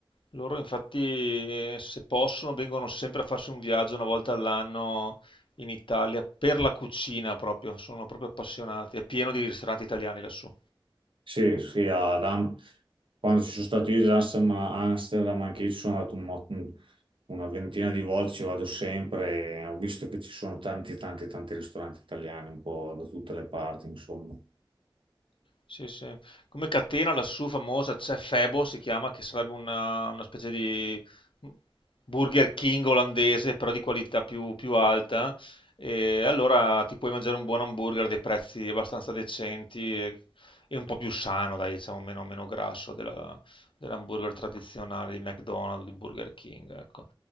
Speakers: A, on the left; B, on the right.
A: Loro infatti, eh, se possono, vengono sempre a farsi un viaggio una volta all'anno in Italia per la cucina proprio, sono proprio appassionati. È pieno di ristoranti italiani lassù.
B: sì, sì, ad Am- quando ci sono stato io ad Amsterdam, Amsterdam, anche io ci sono andato un mo- una ventina di volte, ci vado sempre e ho visto che ci sono tanti, tanti, tanti ristoranti italiani un po' da tutte le parti, insomma.
A: Sì, sì. Come catena lassù famosa c'è Febo, si chiama, che sarebbe una, una specie di Burger King olandese, però di qualità più, più alta. E allora ti puoi mangiare un buon hamburger a dei prezzi abbastanza decenti e, e un po' più sano, dai, diciamo, meno, meno grasso della- dell'hamburger tradizionale di McDonald's, di Burger King, ecco.